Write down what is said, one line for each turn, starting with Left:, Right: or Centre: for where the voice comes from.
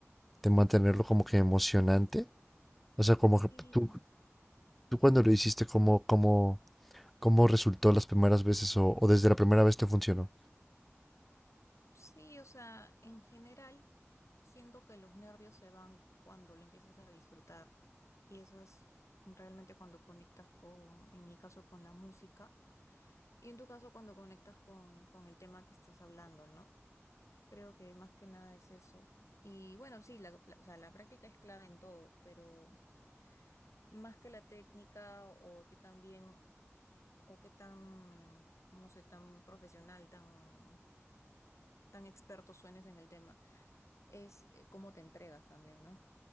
Centre: de mantenerlo como que emocionante. O sea, como
Left: Sí,
Centre: que tú, ¿Tú cuando lo hiciste, cómo, cómo, cómo resultó las primeras veces o, o desde la primera vez te funcionó?
Left: Sí, o sea, en general, siento que los nervios se van cuando lo empiezas a disfrutar. Y eso es realmente cuando conectas con, en mi caso, con la música. Y en tu caso, cuando conectas con, con el tema que estás hablando, ¿no? Creo que más que nada es eso. Y bueno, sí, la, la- o sea, la práctica es clave en todo, pero más que la técnica o que tan bien, o que tan, no sé, tan profesional, tan, tan experto suenes en el tema es eh, cómo te entregas también, ¿no?